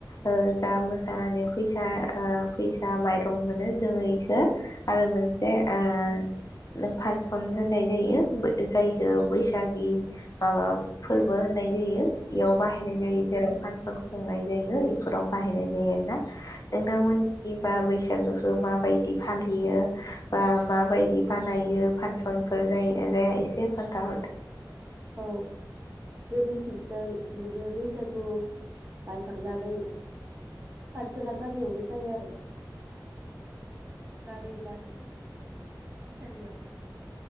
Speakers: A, on the left; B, on the right.
A: ओ जा मोसानानै फैसा ओ फैसा माइरं मोनो जोङो इखो आरो मोनसे ओ फान सन होननाय जायो बो जायखौ बैसागि माबा फोरबो होननाय जायो। इयाव बाहायनाय जायो जेराव फानस संनाय जायो इफोराव बाहायनाय जायो आरो ना नोंथां मोननिसिम बा बैसागोखौ माबायदि फालियो बा माबायदि बानायो फांसनफोर जायो ना जाया एसे खोनथाहरदो ।
B: औ जोंनि थिंजाय बिदिनो बैसागु बायखांनानै फानसना गामियावनो जायो आरो गामिनि मान <unintelligible> फिद सालियाव